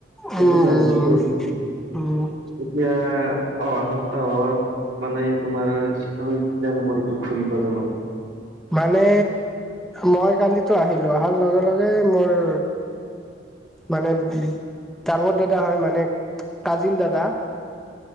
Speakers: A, in the centre; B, on the right.
A: উম
B: আজি,
A: উম
B: তাৰ <unintelligible>
A: উম উম।
B: এতিয়া, অহা সপ্তাহত মানে, তোমাৰ, শ্বিলং প্লেন কৰি, ঘুৰিব যাবা?
A: মানে, মই কালিতো আহিলোঁ। অহাৰ লগে লগে, মোৰ মানে, ডাঙৰ দাদা হয়, মানে, কাজিন দাদা।